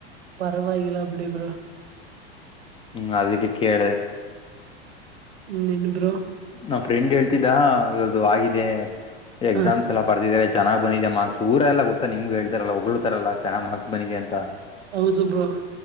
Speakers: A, on the right; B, on the left.
A: ಪರವಾಗಿಲ್ಲ ಬಿಡಿ ಬ್ರೋ
B: ಹ್ಮ್ ಅದಕ್ಕೆ ಕೇಳಿದೆ
A: ಇನ್ನೇನ್ ಬ್ರೋ
B: ಹ ಫ್ರೆಂಡ್ ಹೇಳ್ತಿದ್ದ ಇವದು ಆಗಿದೆ ಎಕ್ಸಾಮ್ಸ್
A: ಹ
B: ಎಲ್ಲ ಬರ್ದಿದಿದ್ದಾರೆ ಚೆನ್ನ್ ಬಂದಿದೆ ಮಾರ್ಕ್ಸ್ ಊರ ಎಲ್ಲ ಗೊತ್ತಾ ನಿಮ್ಗೆ ಹೇಳ್ತಾರಲ್ಲ ಹೊಗಗಳಳ್ತಾರಲ್ಲ ಚನ್ನಾಗ ಮಾರ್ಕ್ಸ್ ಬಿದೆ ಅಂತ
A: ಹೌದು ಬ್ರೋ